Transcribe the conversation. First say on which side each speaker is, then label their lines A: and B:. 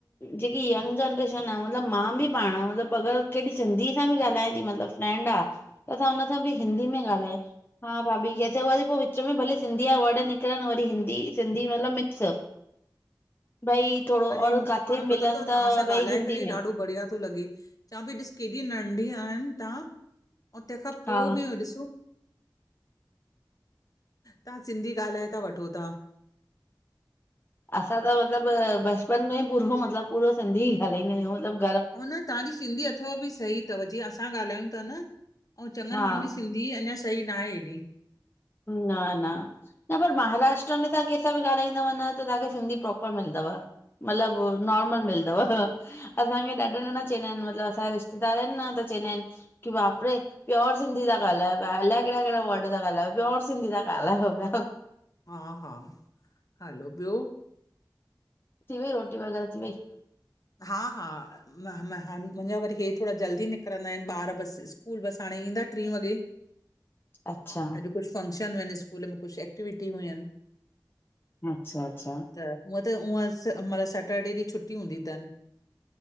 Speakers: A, on the left; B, on the left.
A: जेकी यंग जनरेशन आ मतिलबु मां बि पाणि मतिलबु अगरि केॾी सिंधीअ सां बि ॻाल्हायां ती मतिलबु फ्रैंड आ त असां हुन सां बि हिंदी में ॻाल्हायो हा भाभी केसे हो वरी पो वि चमई भले सिंधी जा वर्ड निकिरनि वरी हिंदी सिंधी मतलबु मिक्स भई थोड़ो
B: अरे
A: और
B: मूंखे
A: काथे
B: पाण
A: मिलन
B: पतो तव
A: त
B: तांह सां
A: भई
B: ॻाल्हाए
A: हिंदी
B: करे
A: में
B: ॾाढो बढ़िया तो लॻे। चवां पई ॾिस केॾी नंढी आहिनि तांह तंहिंखां
A: हा
B: पोइ बि ॾिसो तांह सिंधी ॻाल्हाए ता वठो ता
A: असां त मतिलबु बचपन खां ई पूरो मतिलबु पूरो सिंधी ई ॻालाईंदायूं मतिलबु
B: हुन तव्हांजी सिंधी अथव बि सही तव जीअं असां ॻाल्हायूं ता न अयूं चगंनि
A: हा
B: माण्हुनि जी सिंध ही अञां सही न आये ऐॾी।
A: न ना न पर महाराष्ट्र में तांह कैसां बि ॻाल्हाईंदव न त तांखे सिंधी प्रोपर मिलदव। मतिलबु नॉर्मल मिलदव। असांखे ॾाढो नन चयंंदा आहिनि मतिलबु असांजा रिश्तेदार आहिनि न त चयंदा आहिनि की वापरे प्योर सिंधी त गालयो प अलाय केहिड़ा केहिड़ा वर्ड त गालायो प्योर सिंधी त ॻाल्हायो त प्या।
B: हा हा हलो ॿियो?
A: थी वई रोटी वगैरह थी वई?
B: हा हा मां ह मां मुंहिंजा वरी हे थोड़ा जल्दी निकिरंदा आहिनि ॿार बसि स्कूल बसि हाणे ईंदा ट्री वॻे।
A: अच्छा
B: अॼु कुझु फंक्शन हुंयन स्कूल में कुझु एक्टिवटी हुंयन
A: अच्छा अच्छा
B: त हूअ त उअं स मतिलबु सैटरडे ॾींहुं छुट्टी हूंदी तन